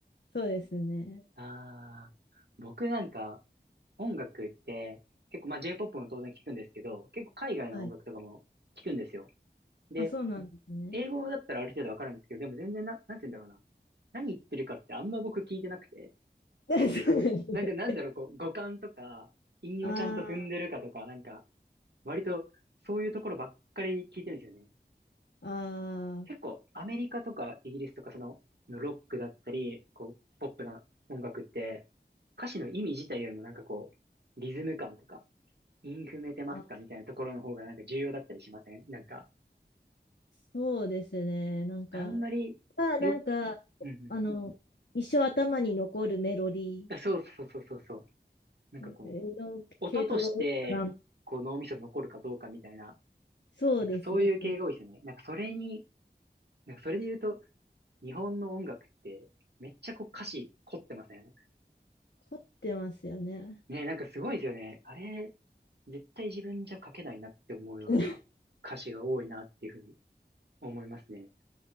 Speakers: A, on the left (about 80°); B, on the right (about 70°).
A: そうですね。
B: ああ、僕なんか音楽って結構まあ J-POP も当然聞くんですけど、結構海外の音楽とかも聞くんですよ。
A: はい。
B: で、
A: あ、そうなんですね。
B: 英語だったらある程度わかるんですけど、でも全然な、なんて言うんだろうな。何言ってるかってあんま僕聞いてなくて、
A: <laughs> そうです
B: なんか、なんかなんだろう、
A: ね。
B: こう、語感とか、韻をちゃんと踏んでるかとか、
A: あー
B: なんか、割とそういうところばっかり聞いてるんですよね。
A: あ
B: 結構アメリカとかイギリスとかその、
A: ー、
B: のロックだったり、こう、ポップな音楽って、歌詞の意味自体よりもなんかこう、リズム感とか、イン踏めてますかみたいなところの方がなんか重要だったりしませんなんか、
A: あ、そうですね。なんか、
B: あんまりよ、
A: まあ、なんか、
B: うんうん。
A: あの、一生頭に残るメロディ
B: あそうそうそうそうそう。なんかこう、
A: ーの系統が多いかな。
B: 音として、こう脳みそに残るかどうかみたいな、
A: そうですよね。
B: なんかそういう系が多いですよね。なんかそれに、なんかそれで言うと、日本の音楽って、めっちゃこう歌詞凝ってません
A: 凝ってますよね。
B: ねなんかすごいですよね。あれ、絶対自分じゃ書けないなって思うような歌詞が多いなっていうふうに
A: <laughs>
B: 思いますね。